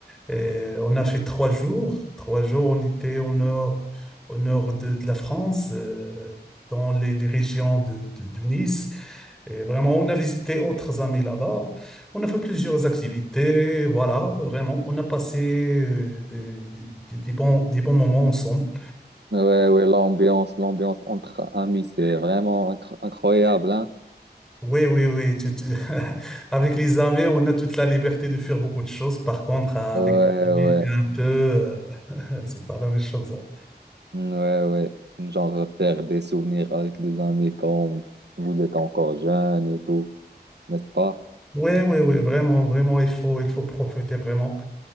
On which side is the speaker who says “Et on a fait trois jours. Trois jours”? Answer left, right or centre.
Centre